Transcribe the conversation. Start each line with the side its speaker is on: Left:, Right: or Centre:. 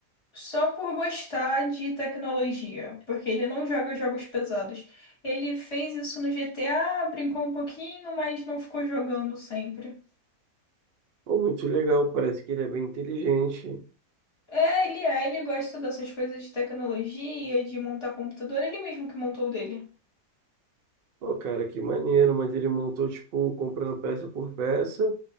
Left: Só por gostar de tecnologia, porque ele não joga jogos pesados. Ele fez isso no GTA, brincou um pouquinho, mas não ficou jogando sempre.
Right: Pô, muito legal, parece que ele é bem inteligente.
Left: É, ele é, ele gosta dessas coisas de tecnologia, de montar computador, ele mesmo que montou o dele.
Right: Pô, cara, que maneiro, mas ele montou, tipo, comprando peça por peça.